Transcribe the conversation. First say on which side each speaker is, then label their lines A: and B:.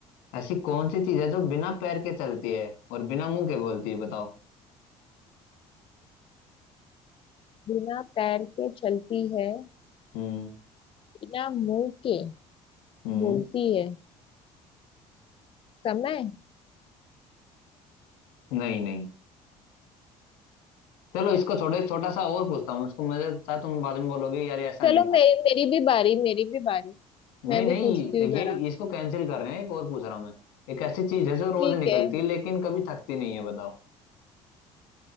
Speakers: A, on the left; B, on the left.
A: ऐसी कौन सी चीज है जो बिना पैर के चलती है और बिना मुंह के बोलती है बताओ
B: बिना पैर के चलती है
A: हम्म
B: बिना मुंह के
A: हम्म
B: बोलती है समय
A: नहीं नहीं चलो इसको छोड़ो एक छोटा सा और पूछता हूँ उसको मुझे था तुम बाद में बोलोगे यार ये ऐसा
B: चलो
A: नहीं
B: मे,
A: था
B: मेरी भी बारी मेरी भी बारी
A: नहीं
B: मैं
A: नहीं
B: भी पूछती हूँ
A: ये
B: जरा
A: इसको कैंसिल कर रहे हैं एक और पूछ रहा हूँ मैं एक ऐसी चीज है जो रोज
B: ठीक
A: निकलती
B: है
A: है लेकिन कभी थकती नहीं है बताओ